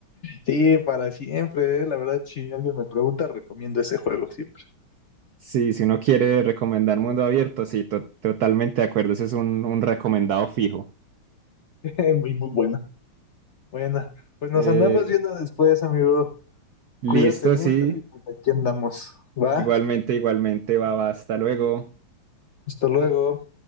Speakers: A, on the left; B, on the right.
A: Sí, para siempre, eh. La verdad, si alguien me pregunta, recomiendo ese juego siempre.
B: Sí, si uno quiere recomendar Mundo Abierto, sí, to- totalmente de acuerdo. Ese es un, un recomendado fijo.
A: <laughs> Muy, muy bueno. Bueno, pues nos
B: Eh,
A: andamos viendo después, amigo.
B: listo,
A: Cuídate mucho
B: sí.
A: y pues aquí andamos. Va,
B: Igualmente, igualmente, va, va, hasta luego.
A: hasta luego.